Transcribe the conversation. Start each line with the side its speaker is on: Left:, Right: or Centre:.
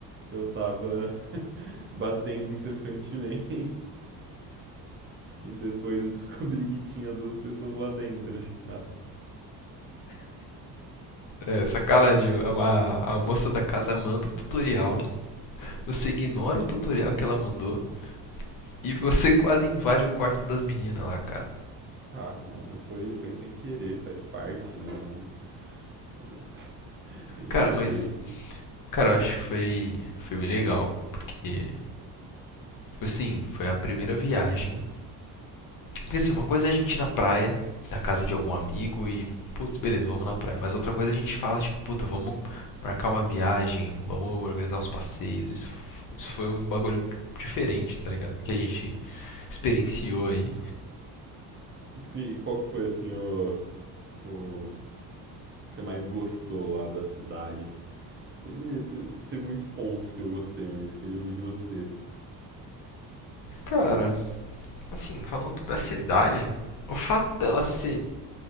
Right: que eu tava <laughs> batendo incessantemente. E depois eu descobri que tinha duas pessoas lá dentro já.
Left: É, sacanagem, a, a, a moça da casa manda o tutorial, você ignora o tutorial que ela mandou e você <laughs> quase invade o quarto das meninas lá, cara.
Right: Ah, mano, foi foi sem querer, faz parte, né? Não, <laughs> a gente
Left: Cara,
Right: aceita.
Left: mas, cara, eu acho que foi, foi bem legal, porque, tipo assim, foi a primeira viagem Porque assim, uma coisa é a gente ir na praia, na casa de algum amigo e, putz, beleza, vamos na praia. Mas outra coisa é a gente fala, tipo, puta, vamos marcar uma viagem, vamos organizar uns passeios. Isso, isso foi um bagulho diferente, tá ligado? Que a gente experienciou aí.
Right: E qual que foi assim o, o que você mais gostou lá da cidade? Teve, te- teve, muitos pontos que eu gostei, mas queria ouvir de você.
Left: Cara, assim, falando da cidade, o fato dela ser,